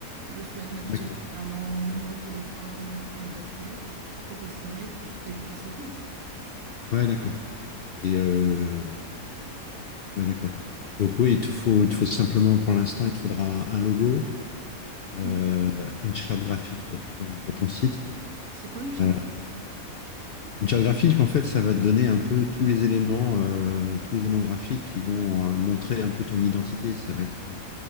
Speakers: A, on the right; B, on the left.
A: Je souhaite mettre
B: D'accord.
A: bien évidemment un numéro de téléphone, euh, une adresse mail professionnelle, et puis c'est tout.
B: Ouais, d'accord. Et euh, ouais, d'accord. Donc oui, il te faut, il te faut simplement, pour l'instant, il te faudra un logo, euh,
A: Oui.
B: une charte graphique pour ton, pour ton site.
A: C'est quoi une charte?
B: Euh, une charte graphique, en fait, ça va te donner un peu tous les éléments, euh, tous les éléments graphiques qui vont euh, montrer un peu ton identité. Ça va être euh,